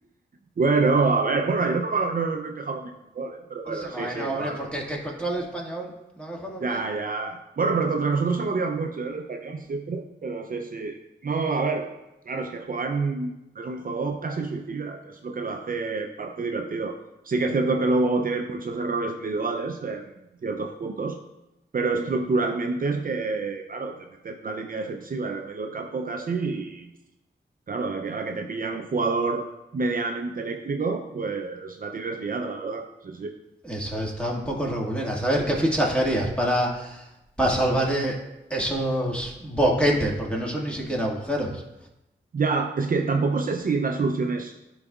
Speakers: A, on the right; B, in the centre.
A: Bueno, a ver, bueno, ayer no, no, no encajamos ningún gol, ¿eh? Pero bueno,
B: O sea,
A: sí,
B: Bueno,
A: sí, no,
B: hombre, porque es que contra el español, lo mejor os
A: Ya,
B: ves.
A: ya. Bueno, pero contra nosotros se motivan mucho, ¿eh? El español siempre, pero no sé si... No, a ver, claro, es que juegan... Es un juego casi suicida, que es lo que lo hace parte divertido. Sí que es cierto que luego tienen muchos errores individuales en ciertos puntos, pero estructuralmente es que, claro, te meten la línea defensiva en el medio del campo casi y, claro, a la que, a la que te pilla un jugador medianamente eléctrico, pues la tienes liada, la verdad. Sí, sí.
B: Eso está un poco regulera. A ver, ¿qué fichajerías para, para salvar eh, esos boquetes, porque no son ni siquiera agujeros.
A: Ya, es que tampoco sé si la solución es